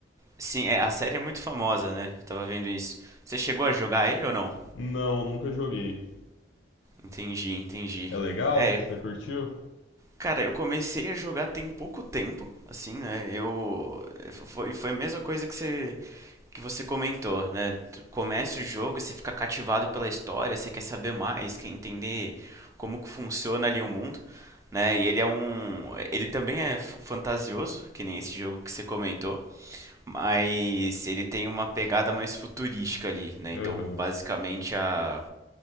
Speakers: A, on the right (about 15°); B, on the left (about 85°).
A: Sim, é, a série é muito famosa, né? Eu tava vendo isso. Você chegou a jogar ele ou não?
B: Não, nunca joguei.
A: Entendi, entendi.
B: É legal?
A: É,
B: Você curtiu?
A: cara, eu comecei a jogar tem pouco tempo, assim, né? Eu foi foi a mesma coisa que você que você comentou, né? Começa o jogo e você fica cativado pela história, você quer saber mais, quer entender como que funciona ali o mundo, né? E ele é um, ele também é f- fantasioso, que nem esse jogo que você comentou, mas ele tem uma pegada mais futurística ali, né?
B: Aham.
A: Então, basicamente a